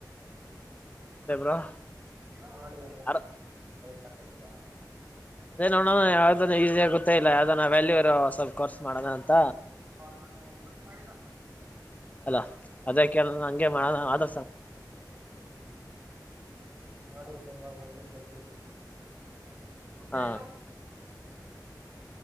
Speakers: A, on the left; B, on the right.
A: ಮತ್ತೆ ಬ್ರೋ
B: ನೋಡಿ
A: ಯಾರ್
B: ಕಪತಿರ
A: ಅದೇ ನೋಡೋಣ ಯಾವದ ಈ ಗೊಾ ಇಲ್ಲ ಯಾವದ ವ್ಯಾಲ್ಯೂ ಇ ಸ್ವಲ್ಪ ಕೋರ್ಸ್ ಮಾಡೋಣ ಅಂತ
B: ನಾನು ವರ್ಕ್ ಮಾಡಿಲ್ಲ
A: ಅಲ್ಲ ಅದಕ್ಕೆ ಹಂಗೆ ಮಾಡ ಆದ
B: ನೋಡಿ ತುಂಬಾ ಮಂದಕ್ಕೆ ಊ
A: ಹಾ
B: ಎ